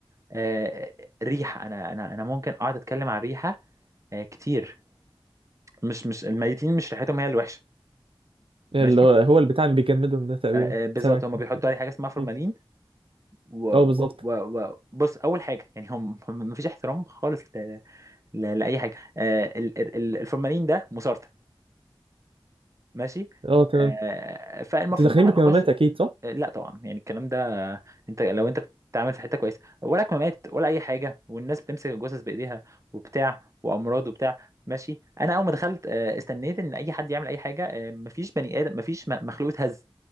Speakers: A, on the right; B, on the right.
A: آه، ريحه انا انا انا ممكن اقعد اتكلم عن ريحه آه، كتير مش مش الميتين مش ريحتهم هي الوحشه
B: اللي
A: ماشي
B: هو هو البتاع اللي بيجمدهم ده تقريبا
A: آه، آه، بالظبط
B: سامعك
A: هم بيحطوا عليه حاجه اسمها فورمالين
B: مم.
A: و... و...
B: اه بالظبط
A: و... بص اول حاجه يعني هم هم مفيش احترام خالص ل... ل... لاي حاجه آه ال... ال... ال- الفورمالين ده مسرطن ماشي
B: اه تمام
A: آه فالمفروض
B: انتوا داخلين
A: ان احنا
B: بكمامات
A: نخش
B: اكيد صح؟
A: آه لا طبعا يعني الكلام ده آه، انت لو انت بتتعامل في حته كويسه ولا كمامات ولا اي حاجه والناس بتمسك الجثث بايديها وبتاع وامراض وبتاع ماشي انا اول ما دخلت آه استنيت ان اي حد يعمل اي حاجه آه مفيش بني ادم مفيش م- مخلوق اتهز